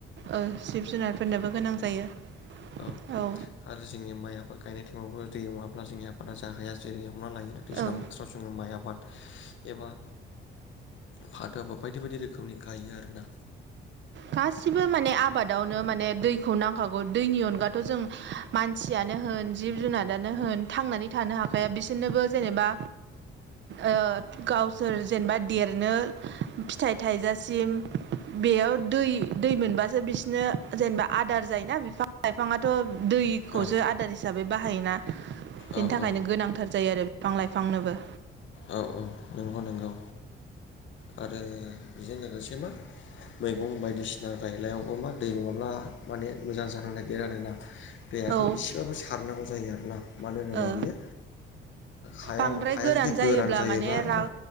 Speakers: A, on the right; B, on the left.
A: ओं जिब जुनारफोरनोबो गोनां जायो
B: औ
A: औ
B: आरो जोंनि माइ आबाद गायनाय टाइमावबो दै नङाब्ला जोंनि आबादा जाहाया जेरै हमना लायो दैज्लां
A: औ
B: बोथोराव जोङो माइ आबाद एबा फाथाबो बायदि बायदि रोखोमनि गायो आरोना
A: गासिबो माने आबादावनो माने दैखौ नांखागौ दैनि अनगाथ' जों मानसियानो होन जिब जुनारानो होन थांनानै थानो हाखाया बिसोरनोबो जेनेबा ओ गावसोर जेनेबा देरनो फिथाइ थाइजासिम बेयाव दै दै मोनबासो बिसोरनो जेनेबा आदार जायोना बिफां लाइफाङाथ' दैखौसो
B: औ
A: आदार हिसाबै बाहायोना बेनि
B: औ
A: थाखायनो
B: औ
A: गोनांथार जायो आरो बिफां लाइफांनोबो
B: औ औ नंगौ नंगौ आरो बिजों लोगोसे मा मैगं बायदिसिना गायनायावबो मा दै नङाब्ला माने मोजां जानो नागिरो आरोना देहाखौ
A: औ
B: इसेबाबो सारनांगौ जायो आर ना मानो
A: ओ
B: होनोबा बियो हाया
A: बांद्राय
B: हाया
A: गोरान
B: जुदि
A: जायोब्ला
B: गोरान जायोबा
A: माने
B: आरोना
A: रा